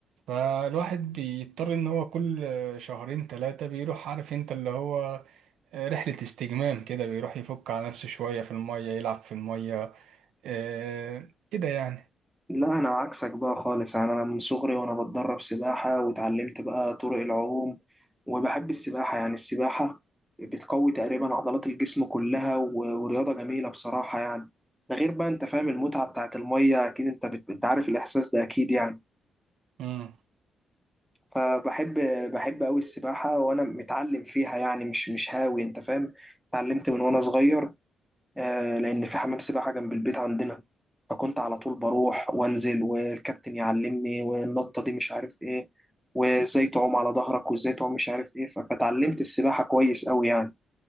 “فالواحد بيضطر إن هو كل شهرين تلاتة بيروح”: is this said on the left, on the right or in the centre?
Right